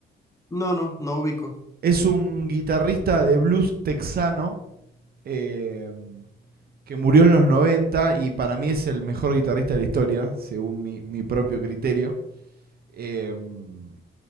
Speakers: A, on the left; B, on the right.
A: No, no, no ubico.
B: Es un guitarrista de blues texano em, que murió en los 90 y para mí es el mejor guitarrista de la historia, según mi, mi propio criterio. Em,